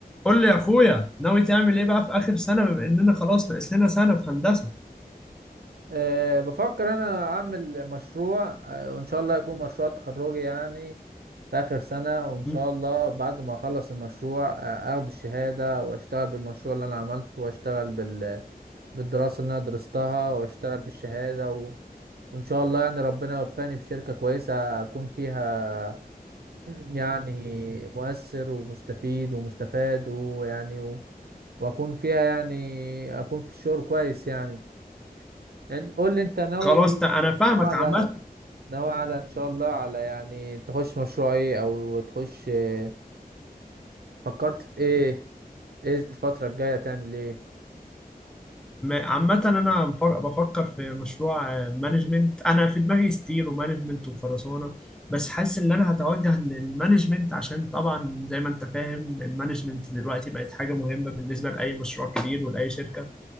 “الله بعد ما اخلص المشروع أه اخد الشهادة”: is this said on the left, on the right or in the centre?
Right